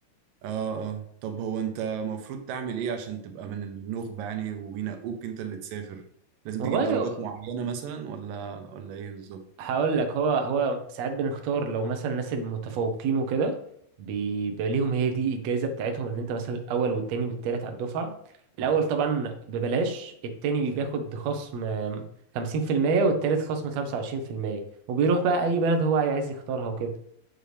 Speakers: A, on the right (about 85°); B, on the right (about 65°).
A: اه اه طب هو انت المفروض تعمل ايه عشان تبقى من النخبة يعني وينقوك انت اللي تسافر لازم
B: والله
A: تجيب درجات معينة مثلا ولا ولا ايه بالظبط
B: هقول لك هو هو ساعات بنختار لو مثلا الناس المتفوقين وكده بيبقى ليهم هي دي الجائزة بتاعتهم ان انت مثلا الاول والتاني والتالت على الدفعة الاول طبعا ببلاش التاني بياخد خصم خمسين في المية والتالت خصم خمسة وعشرين في المية وبيروح بقى اي بلد هو عايز يختارها وكده.